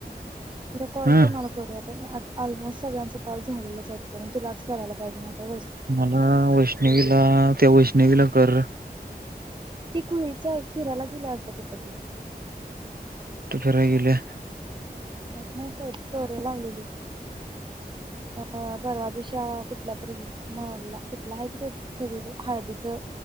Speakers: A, on the right; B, on the right.
A: इ कोळकून
B: हं
A: नला वर ऑलमोस्ट सगळ्यांचं कॉल झालेच आहेत कर तुलाच करायला पाहिजे ना आता
B: मला वैष्णवीला त्या वैष्णवीला कर
A: ती खुळीच एक फिरायला गेल्या वाटत कुठ तर
B: कुठ फिरायला गेल्या
A: माहीत नाही स्टोरी लावलेली अ परवा दिवशी कुठल्या तरी मला कुठला आहे कि ते सगळी हळदीचं